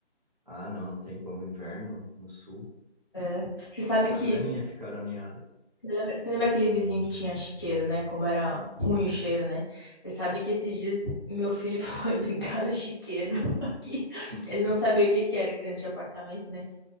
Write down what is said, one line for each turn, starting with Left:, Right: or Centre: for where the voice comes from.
Right: Ah, não, não tem como. Inverno no sul.
Left: É. Você sabe
Right: Até
Left: que.
Right: as galinhas ficaram ninhadas.
Left: Você lembra, você lembra aquele vizinho que tinha chiqueiro, né? Como era ruim
Right: Uhum.
Left: o cheiro, né? Você sabe que esses dias meu filho <laughs> foi brincar no chiqueiro <laughs> aqui.
Right: <laughs>
Left: Ele não sabia o que que era criança de apartamento, né?